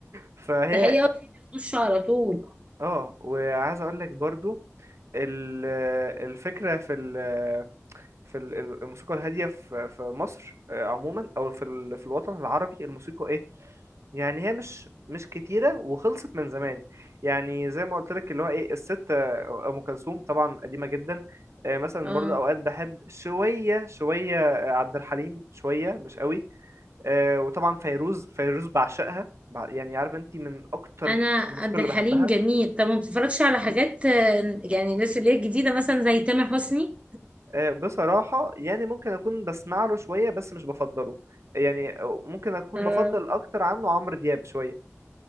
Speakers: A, on the right; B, on the right.
A: فهي
B: ده حقيقه في بيخشوا على طول
A: اه وعايز اقول لك برضو ال- الفكرة في ال- في ال- ال- الموسيقى الهادية في في مصر آه، عموما او في ال- في الوطن العربي الموسيقى ايه يعني هي مش مش كتيرة وخلصت من زمان يعني زي ما قلت لك اللي هو ايه الست آه، ام كلثوم طبعا قديمة جدا آه، مثلا
B: اه
A: برضو اوقات بحب شوية شوية آه، عبد الحليم شوية مش قوي آه، وطبعا فيروز فيروز بعشقها بع- يعني عارف انت من اكتر
B: انا عبد
A: الموسيقى اللي
B: الحليم
A: بحبها
B: جميل طب ما بتتفرجش على حاجات آه، يعني الناس اللي هي الجديده مثلا زي تامر حسني
A: آه، بصراحة يعني ممكن أكون بسمع له شوية بس مش بفضله يعني آه، ممكن أكون
B: آه،
A: بفضل أكتر عنه عمرو دياب شوية